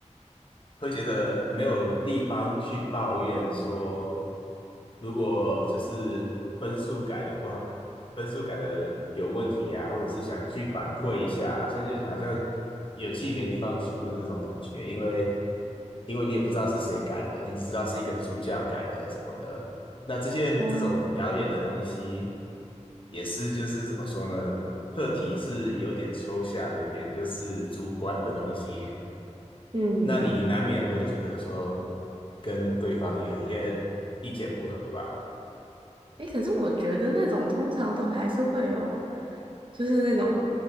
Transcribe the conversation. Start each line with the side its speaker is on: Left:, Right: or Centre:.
Left: 会觉得没有地方去抱怨说，如果就是分数改的不好，分数改的有问题啊，或者是想去反馈一下，好像就是好像有气没地方出的那种感觉，因为因为你也不知道是谁改的，你只知道是一个助教改的什么的。那这些这种表演的东西，
Right: 哦，
Left: 也是就是怎么说呢？课题是有点抽象，有点就是主观的东西。
Right: 嗯，
Left: 那你难免会觉得说跟对方有一些意见不合吧？
Right: 诶，可是我觉得那种通常都还是会有，就是那种